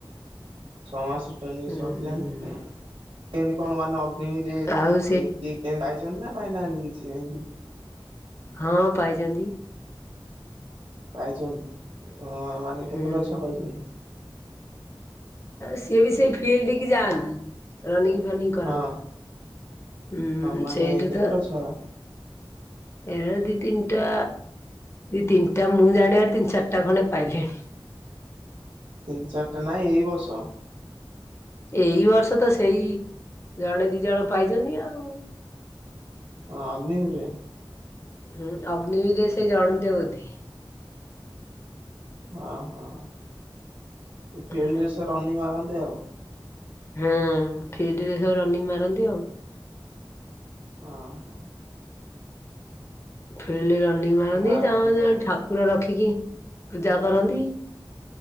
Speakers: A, on the right; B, on the left.
A: ଛଅ ମାସ
B: ହୁଁ
A: ସରିଲାଣି
B: ହୁଁ।
A: କେମତି କଣ ମାନେ ଅଗ୍ନିରେ କି
B: ଆଉ ସେ
A: ଚନା ପାଇନାହାନ୍ତି କିଛି ଏମତି?
B: ହଁ ପାଇଛନ୍ତି।
A: ପାଇଛନ୍ତି ଅ ମାନେ
B: ହୁଁ।
A: କେତେଟା ଛୁଆ ପାଇଛନ୍ତି?
B: ସିଏ ବି ସେ ଫିଲ୍ଡ ଯାଆନ୍ତି ରନି କରନ୍ତି
A: ହଁ
B: ହଁ
A: ମାନେ
B: ସେଇଠି
A: କେତୁଟା
B: ତ
A: ଛୁଆ?
B: ଏଳଦିତିନ ଟା ଦ ତିନିଟା ମୁଁ ଜାଣିବାର ତିନି ଚାରିଟା ଖଣ୍ଡେ ପାଇଲେଣି।
A: ତିନି ଚାରିଟା ନାଇଁ ଏଇ ବଷ?
B: ଏଇ ବର୍ଷ ତ ସେଇ ଜଣେ ଦି ଜଣ ପାଇଛନ୍ତି ଆଉ।
A: ହଁ ଅଗ୍ନିହର?
B: ହୁଁ ଅଗ୍ନ ବିରେ ସେ ଜଣୁନ୍ତେ ବୋଧି <unintelligible>
A: ହଁ ହଁ ସେ ଫିଲ୍ଡରେ
B: ହୁଁ।
A: ସେ ରନି ମାରନ୍ତି ଆଉ
B: ହଁ ଫିଲ୍ଡ ରେ ସବ ରନିଂ ମାରନ୍ତି ଆଉ
A: ଓ ହୋ
B: ଫିଲ୍ଡରେ ରନି ମାରନ୍ତି,
A: ଆ
B: ତାଙ୍କର ଜଣେ ଠାକୁର ରଖି <unintelligible> କି ପୂଜା କରନ୍ତି।